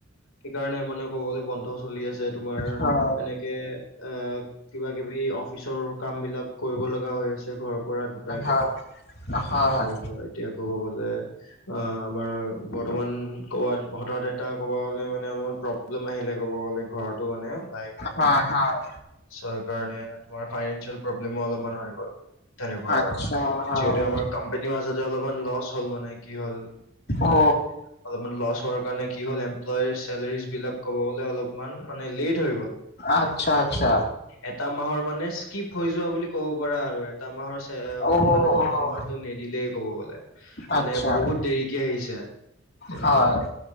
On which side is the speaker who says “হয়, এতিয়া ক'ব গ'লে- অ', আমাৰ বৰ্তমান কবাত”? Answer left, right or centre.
Left